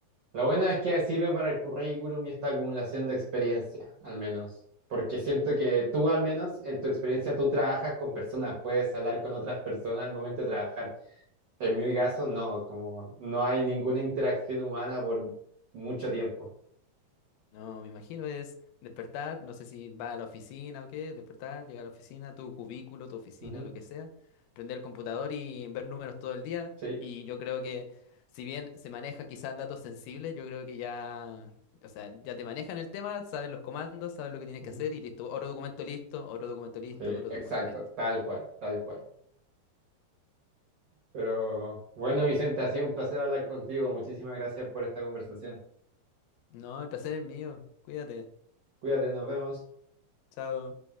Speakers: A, on the right (about 80°); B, on the left (about 85°).
A: Lo bueno es que sirve para el currículum y esta acumulación de experiencia, al menos. Porque siento que tú, al menos, en tu experiencia, tú trabajas con personas, puedes hablar con otras personas al momento de trabajar. En mi caso, no, como no hay ninguna interacción humana por mucho tiempo.
B: No, me imagino es despertar, no sé si va a la oficina o qué, despertar, llegar a la oficina, tu cubículo, tu oficina,
A: Ujú,
B: lo que sea, prender el computador y ver números todo el día.
A: Sí,
B: Y yo creo que si bien se maneja quizás datos sensibles, yo creo que ya, o sea, ya te manejan el tema, sabes los comandos, sabes lo que tienes
A: ujú,
B: que hacer y listo. Otro documento listo, otro documento listo,
A: sí,
B: otro
A: exacto,
B: documento listo.
A: tal cual, tal cual. Pero bueno, Vicente, ha sido un placer hablar contigo. Muchísimas gracias por esta conversación.
B: No, el placer es mío. Cuídate.
A: Cuídate, nos vemos.
B: Chao.